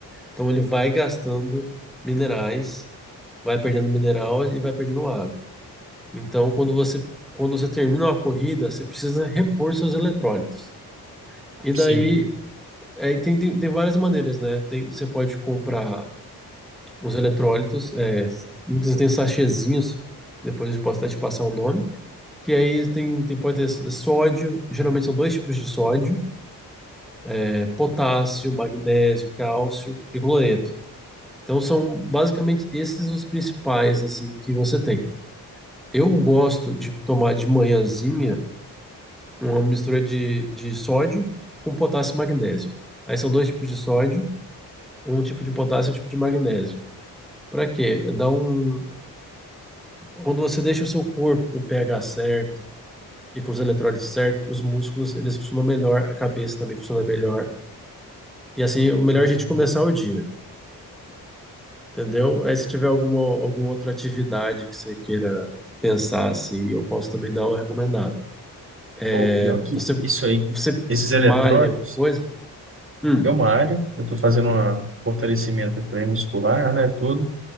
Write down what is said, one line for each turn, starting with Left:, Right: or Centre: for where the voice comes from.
Centre: Então ele vai gastando minerais, vai perdendo mineral e vai perdendo água. Então quando você, quando você termina uma corrida, você precisa repor seus eletrólitos. E
Right: sim.
Centre: daí aí tem, tem, tem várias maneiras, né? Tem- você pode comprar os eletrólitos, é, muitas vezes tem sachêzinhos, depois eu posso até te passar o nome que aí tem, tem, pode ter sódio, geralmente são dois tipos de sódio, é, potássio, magnésio, cálcio e cloreto. Então são basicamente esses os principais assim que você tem. Eu gosto de tomar de manhãzinha uma mistura de, de sódio com potássio e magnésio. Aí são dois tipos de sódio, um tipo de potássio e um tipo de magnésio. Para quê? Dá um quando você deixa o seu corpo com o pH certo, e com os eletrólitos certos, os músculos eles funcionam melhor, a cabeça também funciona melhor. E assim, o melhor
Right: Ah,
Centre: é a gente começar é o dia, entendeu? Aí se tiver alguma, alguma outra atividade que você queira pensar assim, eu posso também dar uma recomendada.
Right: ou
Centre: É,
Right: pior que
Centre: você
Right: isso aí,
Centre: você
Right: esses eletrônicos,
Centre: malha alguma coisa? Hum,
Right: eu malho, eu tô fazendo um fortalecimento de treino muscular, né, tudo.